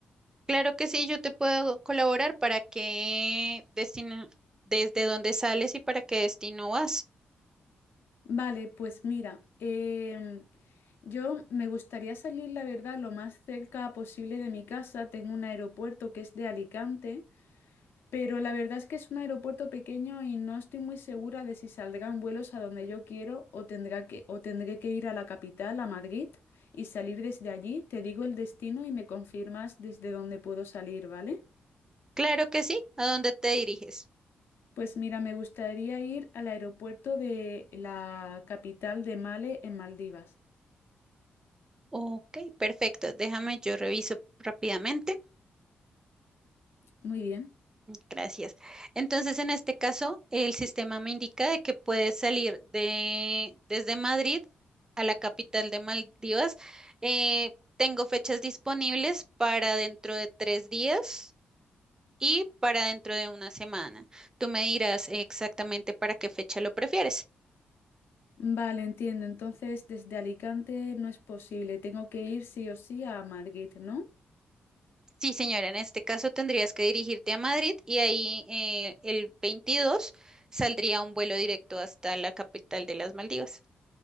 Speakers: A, on the right; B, on the left.
A: Claro que sí, yo te puedo colaborar para qué destino, desde dónde sales y para qué destino vas.
B: Vale, pues mira, em, yo me gustaría salir, la verdad, lo más cerca posible de mi casa. Tengo un aeropuerto que es de Alicante. Pero la verdad es que es un aeropuerto pequeño y no estoy muy segura de si saldrán vuelos a donde yo quiero o tendrá que, o tendré que ir a la capital, a Madrid, y salir desde allí. Te digo el destino y me confirmas desde dónde puedo salir, ¿vale?
A: Claro que sí, ¿a dónde te diriges?
B: Pues mira, me gustaría ir al aeropuerto de la capital de Male en Maldivas.
A: Ok, perfecto. Déjame, yo reviso rápidamente.
B: Muy bien.
A: Gracias. Entonces, en este caso, el sistema me indica de que puedes salir de, desde Madrid a la capital de Maldivas. Eh, tengo fechas disponibles para dentro de tres días y para dentro de una semana. Tú me dirás exactamente para qué fecha lo prefieres.
B: Vale, entiendo. Entonces, desde Alicante no es posible. Tengo que ir sí o sí a Madrid, ¿no?
A: Sí, señora, en este caso tendrías que dirigirte a Madrid y ahí eh, el 22 saldría un vuelo directo hasta la capital de las Maldivas.